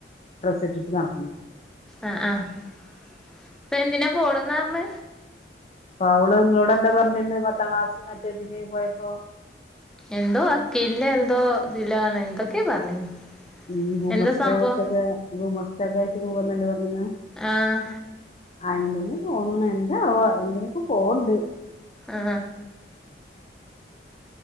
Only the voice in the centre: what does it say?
ആ ആഇപ്പൊ എന്തിനാ പോന്ന് പറഞ്ഞ
എന്തോ വക്കിയില്ല എന്തോ ഇതിലണ് എന്തൊക്കെയ പറഞ്ഞിന്
എന്താ
സംഭവം
ആഹ്
ആ